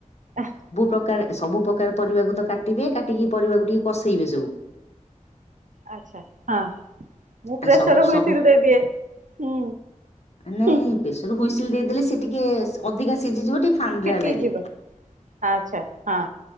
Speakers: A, on the right (about 75°); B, on the left (about 55°).
A: ଆହ୍।
B: ପ୍ରକାରେ, ସବୁ ପ୍ରକାରେ ପରିବାକୁ ତ କାଟିବେ, କାଟିକି ପରିବାକୁ ଟିକେ କସେଇବେ ସବୁ।
A: ଆଛା ହଁ। ମୁଁ
B: ଆ
A: ପ୍ରେସର
B: ସବୁ
A: ହୁଇସିଲ୍
B: ସବୁ
A: ଦେଇଦିଏ, ହୁଁ
B: ନାଇଁ
A: ହୁଁଃ।
B: ପ୍ରେସର ହୁଇସିଲ ଦେଇଦେଲେ ସେ ଟିକେ ସ୍ ଅଧିକା ସିଝିଯିବ ଟିକେ। ଫାଣ୍ଡ୍ରା
A: ଫିଟି
B: ଲାଗେ
A: ଯିବ ଆଛା ହଁ।